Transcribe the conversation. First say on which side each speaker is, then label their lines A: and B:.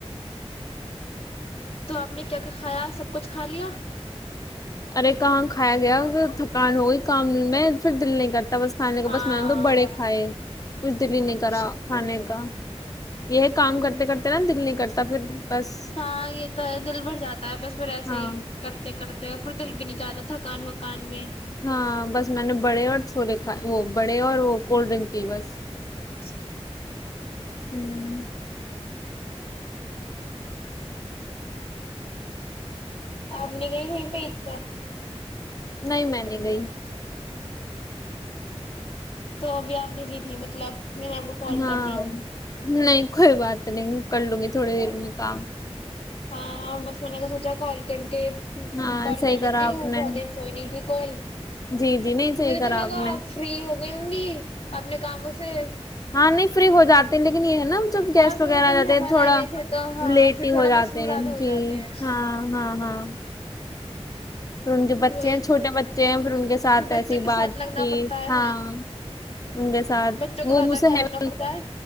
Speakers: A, on the left; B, on the left.
A: تو آپ نے کیا کیا کھایا سب کچھ خالیا
B: ارے کہاں کھایا گیا تھکان ہو گئی کام میں پھر دل نہیں کرتا بس کھانے کا
A: ہاں
B: بس میں نے تو بڑے کھائے کچھ دل ہی نہیں
A: اچھا
B: کرا کھانے کا یہ کام کرتے کرتے نا دل نہیں کرتا پھر بس
A: ہاں یہ تو ہے دل بھر جاتا ہے بس پھر ایسا
B: ہاں
A: ہی کرتے کرتے پردل بھی نہیں جاتا تھا تھکان وکان میں
B: ہاں بس میں نے بڑے اور چھولے کھائے وہ بڑے اور وہ کولڈ ڈرنک کی بس
A: صی
B: ہوں
A: آپ نے کہئی ہویں پی سر
B: نہیں میں نہیں گئی
A: تو ابھی آپ بزی تھی مطلب میں نے آپ کو کال
B: ہاں
A: کر دی
B: نہیں کوئی بات نہیں کر لوں گی تھوڑی دیر میں کام
A: ہاں بس میں نے کا سوچا کال کر کے
B: ہاں
A: کال
B: صحیح
A: کرلیے
B: کرا
A: ت
B: آپ نے
A: ب دین سوئی نہیں ج کوئی
B: جی جی نہیں صحیح
A: مجھے
B: کرا
A: تو لگا
B: نے
A: آپ فری ہو گئی ہوں گی اپنے کاموں سے <unintelligible>
B: ہاں نہیں فری ہو جات ہیں لیکن یہ <inaudible> نا جب گیسٹ
A: ہاں پھر
B: وغیرہ
A: وہ جب
B: آ جاتے
A: مہمان
B: تھوڑا
A: آئے ہوئے تھے تو ہاں
B: لیٹ
A: پھر
B: ہی
A: تھوڑا
B: ہو جاتے
A: مصروف زیادہ
B: ہیں
A: ہو
B: جی
A: جاتے ہیں
B: ہاں ہاں ہاں پھر ان کے بچے
A: وہی
B: ہیں چھوٹے بچے ہیں پھر ان کے ساتھ
A: پھر بچوں
B: ایسی
A: کے ساتھ
B: بات
A: لگنا
B: چی
A: پڑتا ہے
B: ہاں ان کے ساتھ
A: بچوں کا
B: وہ
A: زیادہ
B: مجھ سے
A: خیال
B: ہے
A: رکھنا
B: بھی
A: پڑتا ہے